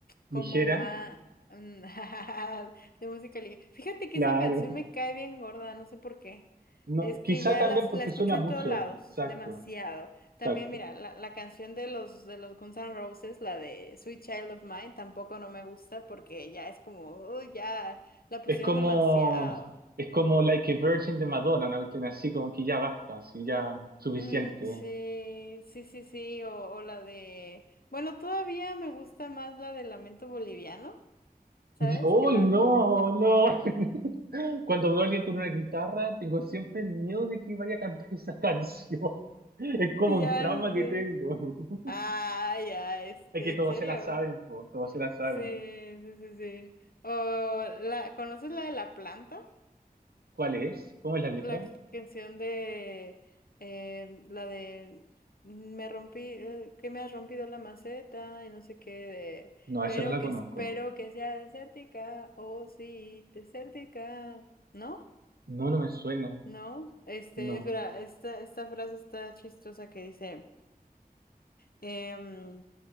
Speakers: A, on the left; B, on the right.
A: como
B: Ligera,
A: más... <laughs> de música ligera. Fíjate que
B: claro.
A: esa canción me cae bien gorda, no sé por qué.
B: No,
A: Es que
B: quizá
A: ya
B: también
A: las,
B: porque
A: la escucho
B: suena
A: en
B: mucho,
A: todos lados,
B: exacto,
A: demasiado. También,
B: exacto.
A: mira, la, la canción de los, de los Guns N' Roses, la de Sweet Child of Mine, tampoco no me gusta porque ya es como, "Uy, ya la pusieron
B: Es como,
A: demasiado.
B: es como Like a Virgin de Madonna, una cuestión así como que ya basta, así ya suficiente.
A: Mm, sí, sí, sí, sí, o, o la de... Bueno, todavía me gusta más la de Lamento Boliviano, ¿sabes?
B: ¡Uy,
A: Que la...
B: no,
A: <laughs>
B: no! <laughs> Cuando veo a alguien con una guitarra, tengo siempre el miedo de que vaya a cantar esa canción. <laughs> Es como
A: Ya
B: un trauma
A: sé.
B: que tengo. <laughs>
A: Ah, ya, este,
B: Es que
A: ¿en
B: todos
A: serio?
B: se la saben, po, todos se la saben.
A: Sí, sí, sí, sí. O la... ¿Conoces la de la planta?
B: ¿Cuál es? ¿Cómo es la letra?
A: La canción de em, la de "Mm, me rompí, eh, que me has rompido la maceta y no sé qué de,
B: No, esa
A: pero
B: no la
A: que
B: conozco.
A: espero que sea desértica, oh sí, desértica, ¿no?
B: No, no me suena.
A: No, este,
B: No.
A: espera, esta, esta frase está chistosa que dice em,